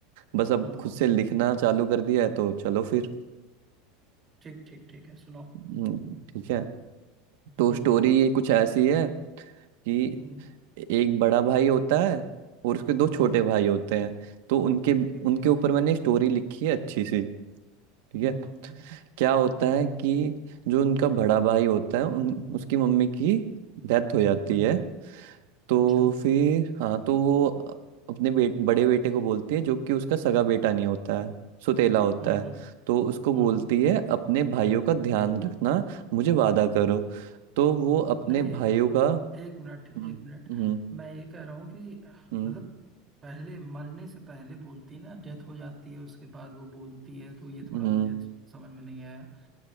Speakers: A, on the right; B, on the right.
A: बस अब
B: हाँ
A: खुद
B: हाँ
A: से लिखना चालू कर दिया है तो चलो फिर
B: ठीक ठीक ठीक है सुनाओ
A: हम्म, ठीक है तो
B: हम्म
A: स्टोरी
B: हम्म
A: कुछ ऐसी है कि
B: हम्म,
A: एक बड़ा भाई होता है और उसके दो छोटे
B: हाँ हाँ,
A: भाई होते हैं तो उनके
B: ठीक
A: उनके
B: ठीक
A: ऊपर मैंने स्टोरी लिखी है अच्छी सी ठीक
B: हम्म
A: है
B: हम्म हम्म,
A: क्या होता
B: हाँ
A: है कि जो उनका बड़ा भाई होता है उन उसकी मम्मी की डेथ हो जाती
B: हम्म
A: है तो
B: अच्छा
A: फिर हाँ तो वो अपने बेट, बड़े बेटे को बोलती है जो कि उसका सगा बेटा नहीं होता है सुतेला होता
B: हाँ
A: है
B: हाँ
A: तो उसको बोलती
B: हाँ हाँ
A: है अपने भाइयों का ध्यान रखना मुझे वादा करो तो वो अपने
B: नहीं
A: भाइयों
B: हम्म,
A: का
B: एक मिनट एक
A: हम्म
B: मिनट
A: हम्म
B: मैं ये कह रहा हूँ कि अह,
A: हम्म,
B: मतलब पहले मरने से पहले बोलती ना डेथ हो जाती है उसके बाद वो बोलती है तो ये थोड़ा
A: हम्म,
B: मुझे समझ में नहीं आया